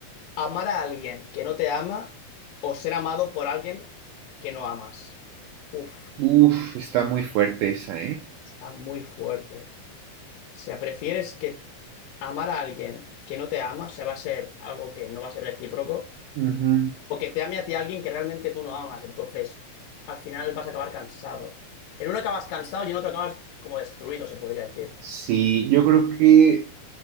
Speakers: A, on the left (about 85°); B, on the right (about 80°).
A: ¿Amar a alguien que no te ama o ser amado por alguien que no amas? Uf,
B: Uf, está muy fuerte esa, ¿eh?
A: está muy fuerte. O sea, prefieres que amar a alguien que no te ama, o sea, va a ser algo que no va a ser recíproco,
B: Ujú.
A: o que te ame a ti alguien que realmente tú no amas. Entonces, al final vas a acabar cansado. En uno acabas cansado y en otro acabas como destruido, se podría decir.
B: Sí, yo creo que